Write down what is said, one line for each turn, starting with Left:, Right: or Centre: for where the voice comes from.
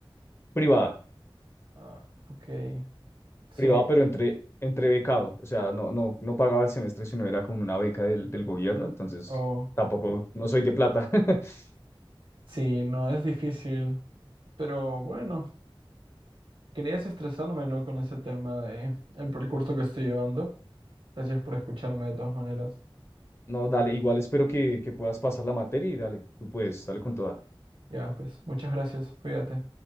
Left: Privada.
Right: Ah, ok. Sí,
Left: privado, pero entre, entre becado. O sea, no, no, no pagaba el semestre, sino era con una beca del, del gobierno. Entonces,
Right: o.
Left: tampoco, no soy de plata. <laughs>
Right: Sí, no, es difícil. Pero bueno, quería desestresarme, ¿no? Con ese tema de el percurso que estoy llevando. Gracias por escucharme de todas maneras.
Left: No, dale, igual espero que, que puedas pasar la materia y dale, tú puedes, dale con toda.
Right: Ya, pues, muchas gracias. Cuídate.